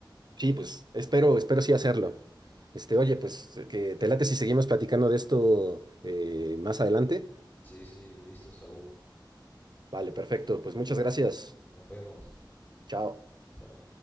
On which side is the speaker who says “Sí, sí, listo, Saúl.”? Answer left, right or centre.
Left